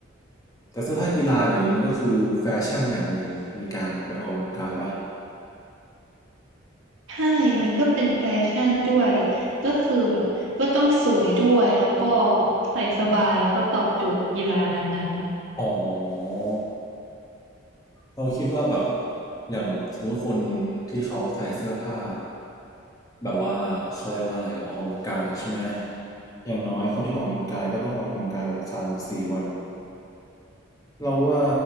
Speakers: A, on the left; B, on the right.
A: แต่เสื้อผ้ากีฬาเดี๋ยวนี้มันก็คือแฟชั่นอย่างหนึ่งในการไปออกกำลังกายปะ
B: ใช่มันก็เป็นแฟชั่นด้วย ก็คือแบบก็ต้องสวยด้วย แล้วก็ใส่สบายแล้วก็ตอบโจทย์กีฬานั้น
A: อ๋อเราคิดว่าแบบอย่างสมมติว่าคนที่เขาใส่เสื้อผ้าแบบว่าเขาเรียกว่าอะไรอะออกกำลังกายใช่ไหมอย่างน้อยคนที่ออกกำลังกายก็ต้องออกกำลังกายแบบสามถึงสี่วัน เราว่า